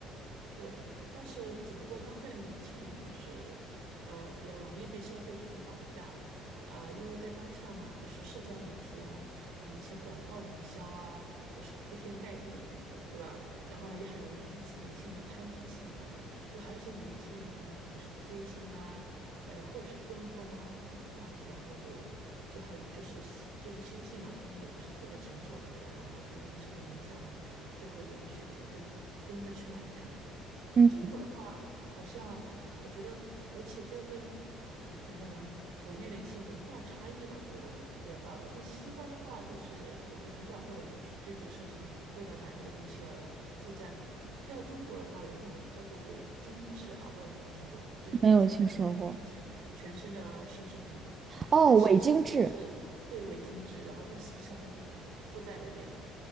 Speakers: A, on the right (about 80°); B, on the right (about 35°).
A: 对，但是只不过当代的年轻人就是，呃，比较容易被消费主义绑架，呃，因为在当下嘛，就是社交媒体啊，还有那些广告营销啊，就是铺天盖地，对吧？然后呢，也很容易激起年轻人的攀比心啊，就还有一些年轻人，他们可能是追星啊，呃，或者是跟风啊，这样子，然后就就很就是就是心性嘛，他们也不是特别成熟嘛，对吧？然后就容易受到影响啊，就会也会选择跟跟着去买这样子。
B: 嗯，
A: 在中国的话，好像我觉得，而且这个跟我们可能我们国内的一些文化差异吧，也有比较大吧。像西方的话，就是我觉得很少会有人去追逐奢侈品，为了买那个东西而负债嘛。但在中国的话，有一种叫做伪精致哈，我不知道你有没有听过，就是看起来表面很精致，
B: 没有听说过。
A: 全身的奢侈品，
B: 哦，
A: 但实际上呢，
B: 伪精致，
A: 就是对伪精致，然后但实际上它是负债累累的，